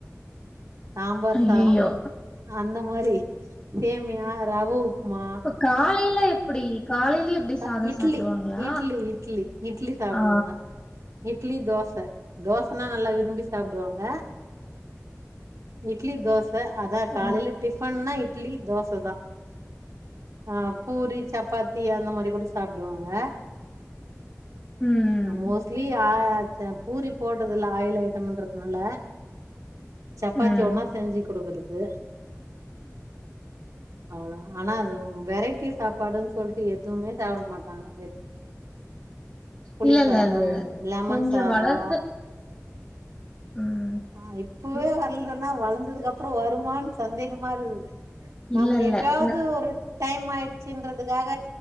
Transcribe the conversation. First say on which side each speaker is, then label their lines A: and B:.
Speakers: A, on the right; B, on the left.
A: சாம்பார்
B: ஐயய்யோ!
A: சா <inaudible> அந்த மாரி சேமியா ரவ உப்புமா
B: இப்ப காலையில எப்படி காலையிலயே எப்படி
A: க
B: சாதம்
A: இட்லி
B: சாப்பிடுவாங்களா?
A: இட்லி இட்லி இட்லி சாப்புடுவாங்க
B: ஆ.
A: இட்லி தோச தோசன்னா நல்லா விரும்பி சாப்டுவாங்க இட்லி தோச அதா
B: ஓ!
A: காலையில டிப் பன்னா இட்லி தோச தா ஆ பூரி சப்பாத்தி அந்த மா ரி கூட சாப்டுவாங்க
B: ம்.
A: அ மோஸ்ட்லி யா <unintelligible> பூரி போட்டதுல்ல ஆயில் ஐட்டம்ன்றதுனால சப்பாத்தி
B: ம்.
A: ஒன்னா செஞ்சிக் குடுக்கறது அவ்ளதா அனா அது ம் வெரைட்டி சாப்பாடுன் சொல்ட்டு எ எதுவுமே சாப்பட மாட்டாங்க வெத் புளி
B: இல்ல,
A: சாதம்
B: இல்ல. அது
A: லெமன்
B: கொஞ்சம்
A: சாதோ
B: வளர்ந்த ம்
A: ஆ இப்பவோ
B: ம்.
A: வர்லன்னா வளந்ததுக்கு அப்பறோ வருமான் சந்தேகமா இருக்குது நாம்
B: இல்ல, இல்ல.
A: எப்பயாவது
B: ந
A: ஒரு டைம் ஆயிருச்சின்றதுக்காக